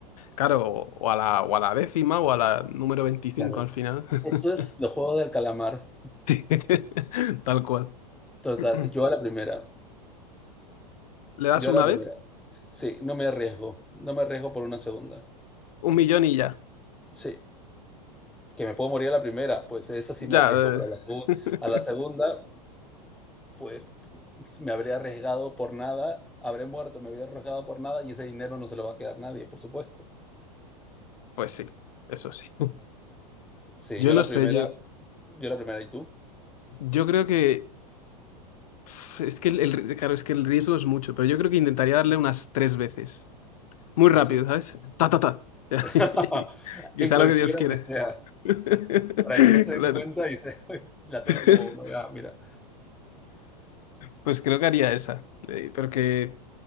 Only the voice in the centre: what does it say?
Claro.
Esto es los juegos del calamar.
Total.
Yo a la primera.
Yo a
la primera.
Sí, no me arriesgo. No me arriesgo por una segunda.
Sí, que me puedo morir a la primera, pues esa sí me
arriesgo,
pero a la, segun-
a la segunda, pues me habré arriesgado por nada, habré muerto, me habré arriesgado por nada y ese dinero no se lo va a quedar nadie, por supuesto.
Sí,
yo
la
primera,
yo la primera y tú.
Así.
<laughs>
En
cualquiera
que sea,
para que no se
den cuenta y se <laughs> la tomen
como uno. Ah, mira,